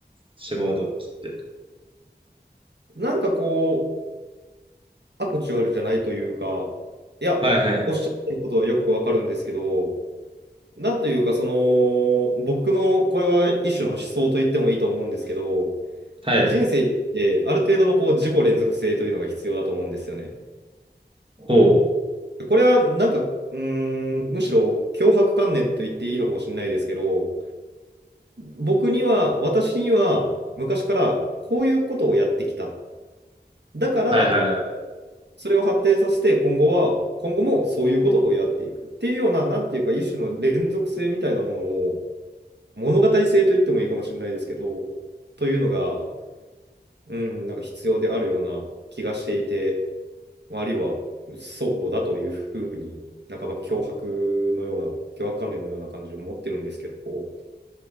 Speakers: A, on the right; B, on the right.
A: 志望動機って。
B: う。なんかこう、アクチュアルじゃないというか、いや、
A: はいはいはい。
B: おっしゃってることはよくわかるんですけど、なんというか、その、僕のこれは一種の思想と言ってもいいと思うんですけど、
A: はい。
B: 人生ってある程度のこう自己連続性というのが必要だと思うんですよね。
A: こう。
B: これはなんか、うーん、むしろ強迫観念と言っていいのかもしれないですけど、僕には、私には昔からこういうことをやってきた。だから、
A: はいはいはい。
B: それを発展させて今後は、今後もそういうことをやっていくっていうような、なんていうか一種の連続性みたいなものを、物語性と言ってもいいかもしれないですけど、というのが、うん、なんか必要であるような気がしていて、まああるいはそうだというふうに、半ば脅迫のような、脅迫観念のような感じを持ってるんですけど、